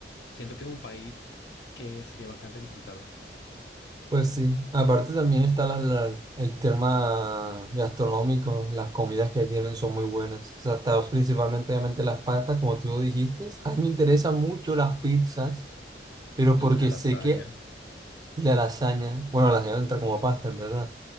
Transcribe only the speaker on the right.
Pues sí, aparte también está la- la- el tema gastronómico, las comidas que tienen son muy buenas, o sea, está principalmente obviamente las pastas, como tú lo dijiste, a mí me interesan mucho las pizzas, pero
porque
sé que Y la lasaña, bueno, la lasaña entra como pasta, en verdad.